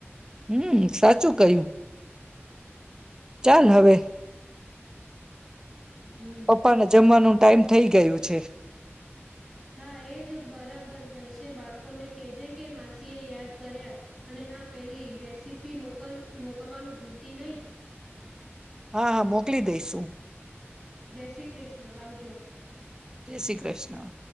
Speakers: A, on the right; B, in the centre.
A: હમ્મ, સાચું કહ્યું. ચાલ હવે.
B: હમ
A: પપ્પા ને જમવાનું ટાઈમ થઈ ગયું છે.
B: હા એજ બરાબર રહેશે. બાળકોને કેજે કે માસી એ યાદ કર્યા, અને હા પેલી રેસીપી મોકલ મોકલવાનું ભૂલતી નહીં.
A: હા, હા મોકલી દઈશ હું.
B: જય શ્રી કૃષ્ણ, આવજો.
A: જય શ્રી કૃષ્ણ.